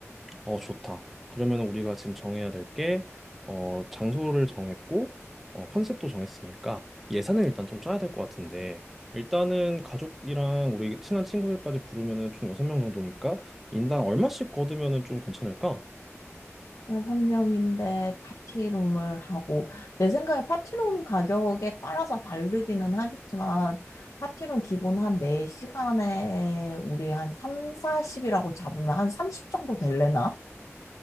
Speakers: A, in the centre; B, on the left.
A: 어, 좋다. 그러면 우리가 지금 정해야 될 게, 어, 장소를 정했고, 어, 컨셉도 정했으니까 예산을 일단 좀 짜야 될 것 같은데, 일단은 가족이랑 우리 친한 친구들까지 부르면은 총 6명 정도니까 인당 얼마씩 거두면은 좀 괜찮을까?
B: 여섯 명인데 파티룸을 하고, 내 생각에 파티룸 가격에 따라서 다르기는 하겠지만, 파티룸 기본 한 4시간에 우리 한 3, 40이라고 잡으면 한 30 정도 될래나?